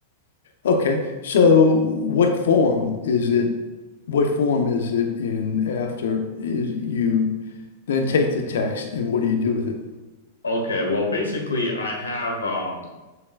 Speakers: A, on the left; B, on the left.
A: Okay. So what form is it? What form is it in after is you then take the text and what do you do with it?
B: Okay, well, basically, I have um,